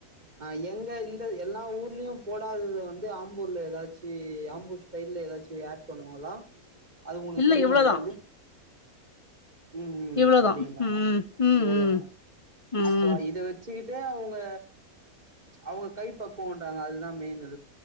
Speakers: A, on the right (about 30°); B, on the left (about 45°).
A: ஆ எங்க இந்த எல்லா ஊர்லயு போடாதத வந்து ஆம்பூர்ல ஏதாச்சி ஆம்பூர் ஸ்டைல்ல ஏதாச்சி ஆட் பண்ணுவாங்ளா அது உங்களுக்கு
B: இல்ல
A: தெரியுமா
B: இவ்ளோதா
A: எதாவது ம் ம் ம்
B: இவ்ளோதா
A: அ ப்டிங்களா
B: ம் ம்
A: இவ்ளோதா
B: ம்
A: அப்போ
B: ம்
A: இத வச் சுக்கிட்டு அவுங்க அவுங்க கை பக்குவோன்றாங்க அதுதா மெயின் இ